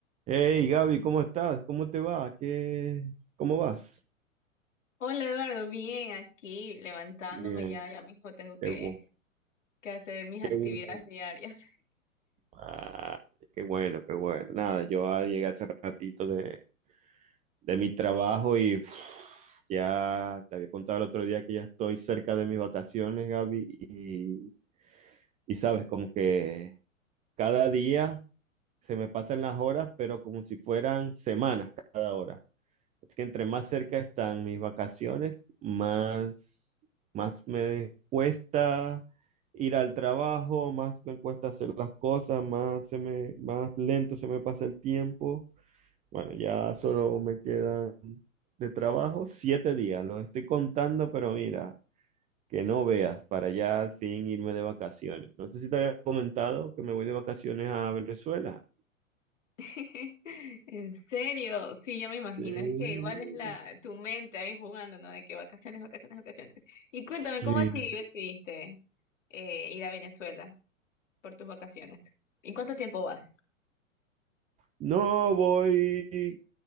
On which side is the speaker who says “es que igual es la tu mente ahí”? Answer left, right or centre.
Left